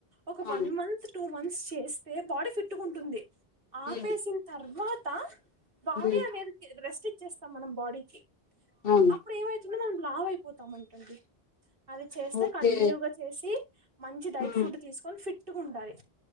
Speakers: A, on the right (about 65°); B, on the left (about 65°).
A: ఒక
B: అవును
A: వన్ మంత్ టూ మంత్స్ చేస్తే బాడీ ఫిట్గా ఉంటుంది
B: హ్మ్.
A: ఆపేసి ఇంత తర్వాత బాడ
B: హ్మ్.
A: అనేది ద్రష్టి వచ్చేస్తాం మనం బాడీకి
B: అవును
A: అప్పుడు ఏమైతుందో మనం లావ అయిపోతామంటండి అది చేస్తే
B: ఓకే
A: కంటిన్యూగా చేసి మంచి డైట్
B: హ్మ్.
A: ఫుడ్ తీసుకొని ఫిట్ ట్టుకుండాలీ